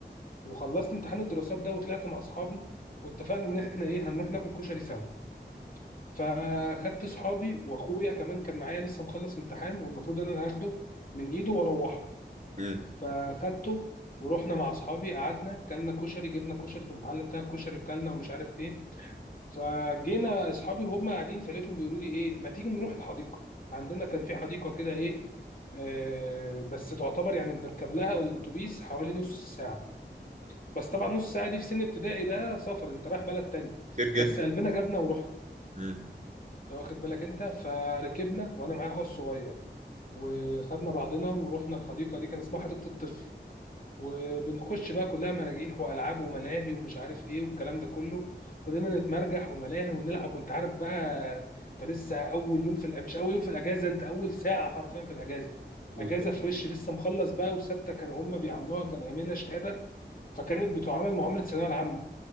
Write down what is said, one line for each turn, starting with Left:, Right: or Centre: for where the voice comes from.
Left: وخلصت امتحان الدراسات ده وطلعت مع اصحابي واتفقنا ان احنا ايه هنروح ناكل كشري سوا فخدت اصحابي واخويا كمان كان معايا لسه مخلص امتحان والمفروض ان انا هاخده من ايده واروحه
Right: امم
Left: فخدته ورحنا مع اصحابي قعدنا كلنا كشري جبنا كشري في المحل بتاع الكشري وكلنا ومش عارف ايه فجينا اصحابي وهم قاعدين فلقيتهم بيقولوا لي ايه ما تيجي نروح الحديقه عندنا كان في حديقه كده ايه آه بس تعتبر يعني بنركب لها الاتوبيس حوالي نص ساعه بس طبعا نص ساعه دي في سن ابتدائي ده سفر انت رايح بلد تاني
Right: كتير جدا
Left: بس قلبنا جابنا ورحنا
Right: امم
Left: انت واخد بالك انت فركبنا وانا معايا اخويا الصغير وخدنا بعضنا ورحنا الحديقه دي كان اسمها حديقه الطفل وبنخش بقى كلها مراجيح والعاب وملاهي ومش عارف ايه والكلام ده كله فضلنا نتمرجح وملاهي ونلعب وانت عارف بقى انت لسه اول يوم في الأ... مش اول يوم في الاجازه انت اول ساعه حرفيا في الاجازه
Right: بالظبط
Left: اجازه فريش لسه مخلص بقى وسته كانوا هم بيعاملوها كان ايامنا شهاده فكانت بتعامل معامله الثانويه العامه